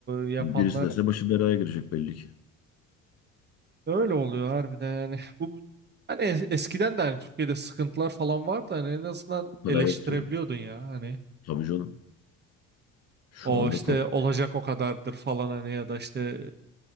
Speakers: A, on the right; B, on the left.
A: yapanlar
B: Şimdi Birisi derse başı belaya girecek belli ki.
A: öyle oluyor harbiden yani. Bu hani es- eskiden de hani Türkiye'de sıkıntılar falan vardı hani en azından
B: Bu
A: eleştirebiliyordun
B: kadar yok diyor.
A: ya hani.
B: Tabii canım. Şu
A: O
B: anda
A: işte
B: korkunç
A: olacak o kadardır falan hani ya da işte